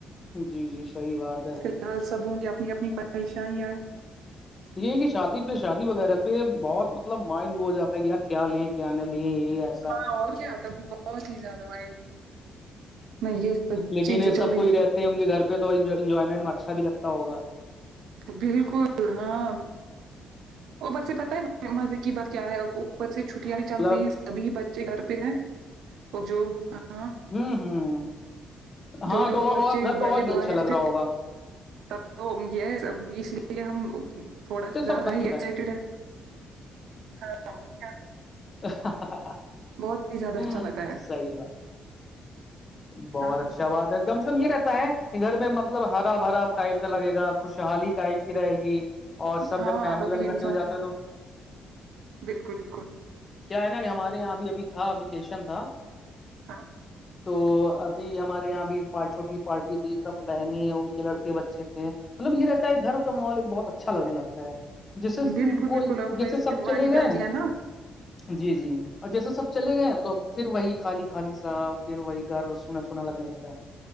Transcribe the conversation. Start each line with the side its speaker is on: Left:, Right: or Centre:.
Left: جی جی صحی بات ہے
Right: فلحال سب ہوں گے اپنی اپنی پریشانیاں
Left: یہ کہ شادی پہ شادی وغیرہ پہ بہت مطلب مائنڈ ہو جاتا ہے کہ یار کیا لیں کیا نہیں لیں یہیار
Right: ہاں اور کیا تھا ابھی بہت ہی زیادہ مائنڈ میں یہ سب
Left: لیکن
Right: چیزیں چل
Left: سب
Right: رہی
Left: کوئی رہتے ہوں گے گھر پہ تو انجوائمنٹ میں اچھا بھی لگتا ہوگا
Right: بالکل ہاں اوپر سے ح پتا ہے مزے کی بات کیا ہے اوپر سے چھٹیاں بھی
Left: مطلب
Right: چل رہی ہیں سبھی بچے گھر پہ ہے اور جو ہاں
Left: ہمم ہمم ہاں
Right: جو جو
Left: تو
Right: بچے
Left: گھر تو
Right: بڑے
Left: اور بھی
Right: باہر
Left: اچھا لگ
Right: سے
Left: رہا ہوگا
Right: تب تو یہ اس لیے ہم تھوڑا
Left: اچھا
Right: زیادہ
Left: سب فم
Right: ہی ایکسائٹیڈ ہے ہاں اور کیا
Left: <inaudible> ہمم
Right: بہت ہی زیادہ اچھا لگتا ہے
Left: صحیح بات بہت
Right: ہاں
Left: اچھا بات ہے کم سے کم یہ رہتا ہے کہ گھر میں مطلب ہرا ب ہرا ٹائپ کا لگے گا خوشحالی ٹائپ کی رہے گی اور سب
Right: ہاں
Left: جب فیملی
Right: تبھی
Left: والی
Right: انسان
Left: کرتے ہوئے جاتے ہو تو
Right: بالکل بالکل
Left: کیا ہے نا کہ ہمارے یہاں ابھی ابھی تھا ویکیشن تھا
Right: ہاں
Left: تو ابھی ہمارے یہاں بھی پچ چھوٹی پارٹی تھی سب بہنیں ان کے لڑکے بچے تھے مطلب یہ رہتا ہے گھر کا ماحول ایک بہت اچھا لگنے لگتا ہے جیسے
Right: بالکل
Left: کوئی
Right: بالکل اور
Left: جیسے
Right: ویسے
Left: سب
Right: وائی
Left: چلے گئے
Right: بھی آتی ہے نا
Left: جی جی اور جیسے سب چلے گئے ہیں تو ا پھر وہی خالی خالی سا پھر وہی گھر سونا سونا لگنے لگتا ہے